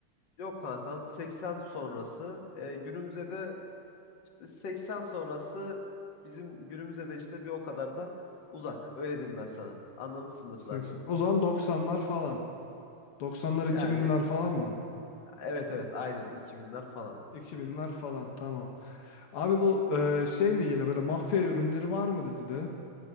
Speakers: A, on the left; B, on the left.
A: Yok kankam 80 sonrası e, günümüze de işte 80 sonrası bizim günümüze de işte bir o kadar da uzak. Öyle diyeyim ben sana. Anlamışsındır
B: 80,
A: zaten.
B: o zaman 90'lar falan. 90'lar
A: Yani
B: 2000'ler falan mı?
A: evet evet aynen 2000'ler falan.
B: 2000'ler falan tamam. Abi bu e, şey mi yine böyle mafya ürünleri var mı dizide?